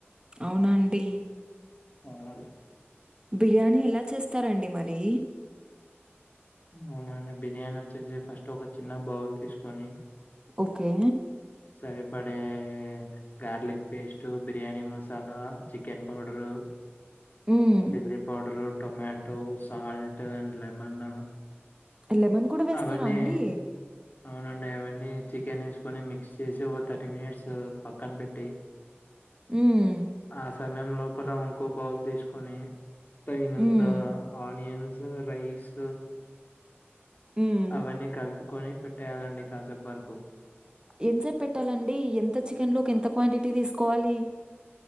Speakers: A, on the right; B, on the left.
A: అవునాండి
B: మా వాలు
A: బిర్యానీ ఎలా చేస్తారండి మరి
B: అవునండి బిర్యానీ వచ్చేసి ఫస్ట్ ఒక చిన్న బౌల్ తీసుకొని
A: ఓకే
B: సరిపడే garlic paste biryani masala chicken powder
A: హ్మ్.
B: Chilli powder tomato salt lemon
A: lemon కూడా వేస్తారా
B: అవన్నీ
A: అండి
B: అవునండి అవన్నీ చికెన్ ఏసుకొని మిక్స్ చేసి ఒక థర్టీ మినిట్స్ పక్కన పెట్టి
A: హ్మ్.
B: ఆ సమయం లోపల ఇంకో బౌల్ తీసుకొని తగినంత
A: హ్మ్.
B: ఆనియన్స్ రైస్
A: హ్మ్.
B: అవన్నీ కలుపుకొని పెట్టేయాలండి కాసేపు వరకు
A: ఎంతసేపు పెట్టాలండి ఎంత చికెన్లోకి ఎంత క్వాంటిటీ తీసుకోవాలి